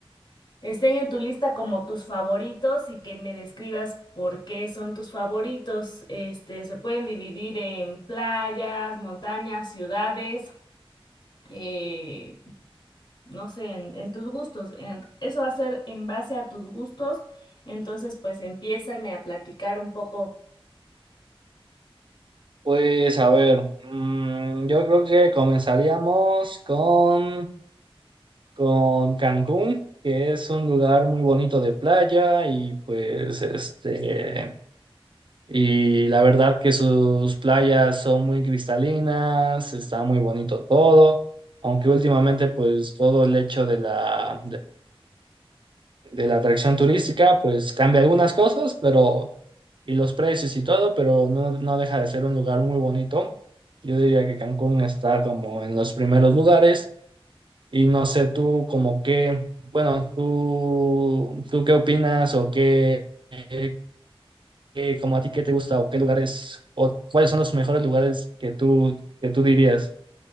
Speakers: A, on the left; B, on the right.
A: estén en tu lista como tus favoritos y que me describas por qué son tus favoritos. Este, se pueden dividir en playas, montañas, ciudades eh, no sé, en, en tus gustos. en- eso va a ser en base a tus gustos. Entonces, pues empiézame a platicar un poco.
B: Pues a ver, mm, yo creo que comenzaríamos con, con Cancún, que es un lugar muy bonito de playa y pues este, y la verdad que sus playas son muy cristalinas, está muy bonito todo, aunque últimamente pues todo el hecho de la, de la atracción turística, pues cambia algunas cosas, pero y los precios y todo, pero no, no deja de ser un lugar muy bonito. Yo diría que Cancún está como en los primeros lugares y no sé tú como qué, bueno, tú, tú qué opinas o qué, eh, qué- como a ti qué te gusta o qué lugares o cuáles son los mejores lugares que tú que tú dirías.